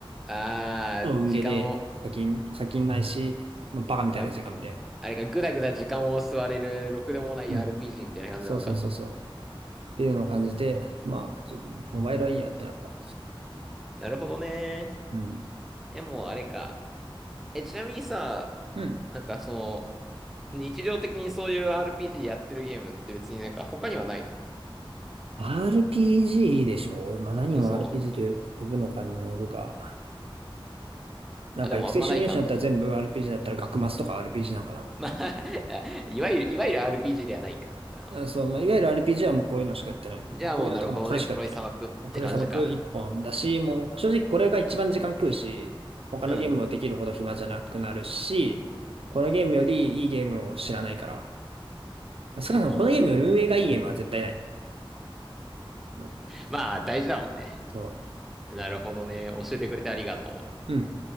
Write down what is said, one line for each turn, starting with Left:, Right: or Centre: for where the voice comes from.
Centre: ああ、
Right: 運ゲーで課金、
Centre: 時間を、
Right: 課金ないし、まあ、バカみたいな時間みたいな。
Centre: まあ、あれか、ぐだぐだ時間を吸われる、ろくでもない
Right: うん。
Centre: RPG みたいな感じなのか。
Right: そうそうそうそう。っていうのを感じて、まあ、ちょっとモバイルはいいやってなった。
Centre: なるほどね。
Right: うん。
Centre: え、もうあれか。え、ちなみにさ、
Right: うん。
Centre: なんかその、日常的にそういう RPG やってるゲームって別になんか他にはないの
Right: RPG でしょまあ何を
Centre: そ
Right: RPG と呼ぶのかにもよるが、なんか育成シミュレーションだったら全部
Centre: う。あ、でもあんまない感じ
Right: RPG だったら学マスとか RPG なんかな
Centre: まあ <laughs> いわゆる、いわゆる RPG ではないか。だから
Right: うんそう、まあ、いわゆる RPG はもうこういうのしかやってない。
Centre: じゃあもうなるほどね。
Right: こういうのとかもこれしかやってない。
Centre: 黒い砂漠って感じか。
Right: クレサブク一本だし、もう正直これが一番時間食うし、他のゲームもできるほど暇じゃなくなるし、
Centre: うん。
Right: このゲームよりいいゲームを知らないから。少なくともこのゲームより運営がいいゲームは絶対ない。うん
Centre: まあ大事だもんね。
Right: そ
Centre: なるほどね。教えてくれてありがとう。
Right: う。うん